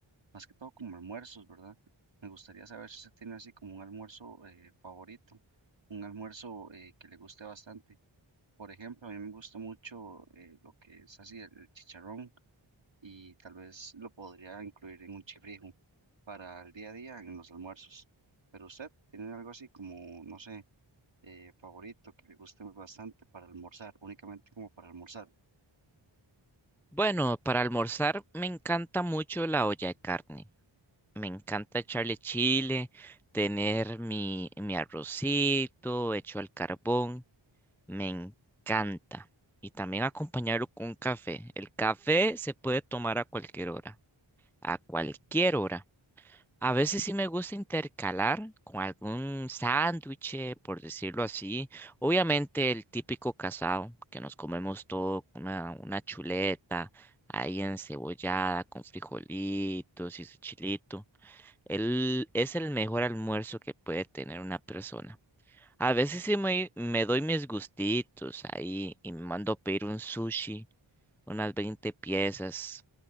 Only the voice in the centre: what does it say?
Bueno, para almorzar me encanta mucho la olla de carne. Me encanta echarle chile, tener mi, mi arrocito hecho al carbón. Me encanta. Y también acompañarlo con café. El café se puede tomar a cualquier hora, a cualquier hora. A veces sí me gusta intercalar con algún sándwich, por decirlo así. Obviamente el típico casado, que nos comemos todo con una, una chuleta ahí encebollada, con frijolitos y su chilito. Él es el mejor almuerzo que puede tener una persona. A veces sí me, me doy mis gustitos ahí y me mando a pedir un sushi, unas 20 piezas,